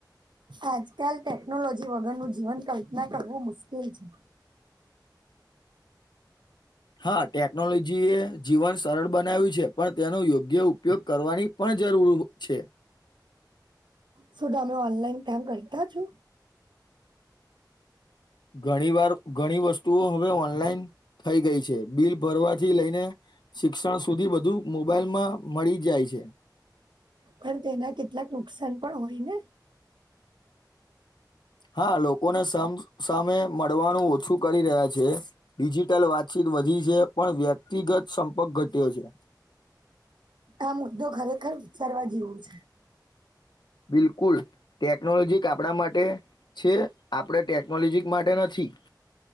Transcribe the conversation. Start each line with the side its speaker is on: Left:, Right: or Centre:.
Right: આજકાલ ટેકનોલોજી વગરનું જીવન કલ્પના કરવું મુશ્કેલ છે
Left: <inaudible> હા ટેકનોલોજી એ જીવન સરળ બનાવ્યું છે પણ તેનો યોગ્ય ઉપયોગ કરવાની પણ જરૂર છે
Right: શું તમે ઓનલાઈન કામ કરતા છો
Left: ઘણી વાર ઘણી વસ્તુઓ હવે ઓનલાઈન થઈ ગઈ છે બિલ ભરવાથી લઈને શિક્ષણ સુધી બધું મોબાઈલ માં મળી જાય છે
Right: પણ તેના કેટલાક નુકસાન પણ હોય ને
Left: હા લોકોને સા સામે મળવાનું ઓછું કરી રહ્યા છે ડિજિટલ વાતચીત વધી છે પણ વ્યક્તિગત સંપર્ક ઘટ્યો છે
Right: આ મુદ્દો ખરેખર વિચારવા જેવો છે
Left: બિલકુલ ટેકનોલોજી આપણા માટે છે આપડ ટેકનોલોજી માટે નથી <inaudible>